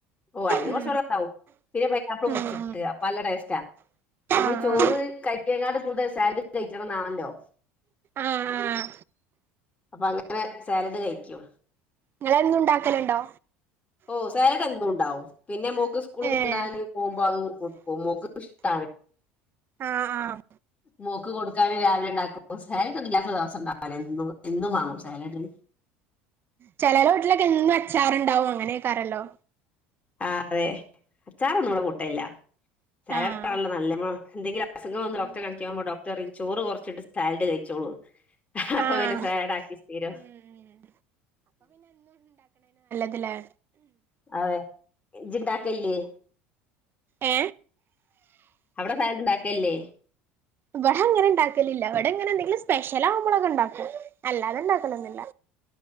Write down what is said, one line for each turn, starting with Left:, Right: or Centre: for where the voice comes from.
Left: ഓ അയില്
Right: ഉം
Left: കൊറച്ച് വെള്ളണ്ടാവും പിന്നെ പൈനാപ്ളും
Right: ഉം
Left: മുറിച്ചിട്ട്
Right: ഉം ഉം
Left: അപ്പൊ നല്ല ടേസ്റ്റാ നമ്മൾ
Right: ആഹ്
Left: ചോറ്
Right: ആഹ്
Left: കഴിക്കഴങ്ങാട്ട കൂടുതൽ സാലഡ് കഴിക്കണം ന്നാണല്ലോ
Right: ആഹ് ആഹ്
Left: അപ്പൊ അങ്ങനെ സാലഡ് കയ്ച്ചു
Right: നിങ്ങളെന്നും ണ്ടാക്കലുണ്ടോ
Left: ഓ സാലഡ് എന്നുണ്ടാവും പിന്നെ മോക്ക് സ്കൂൾ കൊണ്ടാന്
Right: ഏഹ്
Left: പോകുമ്പോ അത് കൊടുക്കും മോക്ക് ഇഷ്ട
Right: ആഹ് ആഹ്
Left: മോക്ക് കൊടുക്കാന് രാവിലെ ണ്ടാക്കും സാലഡ്ഇല്ലാത്ത ദിവസം ഉണ്ടാവൂല എന്നും എന്നും വാങ്ങും സാലഡ്
Right: ചേലോലെ വീട്ടിലൊക്കെ എന്നും അച്ചാറുണ്ടാവും അങ്ങനെക്കാരല്ലോ
Left: ആ അതെ അച്ചാറൊന്നും
Right: ഉം
Left: ഇവടെകൂട്ടലില്ല സാലഡ്
Right: ആഹ്
Left: ഇപ്പോ നല്ല എന്തെങ്കിലും അസുഖം വന്ന്
Right: ഉം
Left: ഡോക്ടറെക കണിക്കുമ്പോ ഡോക്ട ന്നിട്ട് പറിചോറ് കുറച്ചിട്ട് സാലഡ് കഴിച്ചോളൂ അപ്പൊ
Right: ആഹ്
Left: വിനെ സാല ട്ക്കി സ്ഥിരംഉം
Right: ഉം ഇംഗ്ലാ്
Left: അതെ ജിണ്ടാക്കല്ലേ
Right: ഏ
Left: അവിടെ നായട്ടണ്ടാക്കല്ലേ
Right: ഇവിടെ അങ്ങനെ ഇണ്ടാക്കലില്ല ഇവിടെങ്ങനെ എന്തെങ്കിലും സ്പെഷ്യൽ ആവുമ്പോളൊക്കെ ഉണ്ടാക്കോ അല്ലാതെ ഇണ്ടാക്കലൊന്നുമില്ല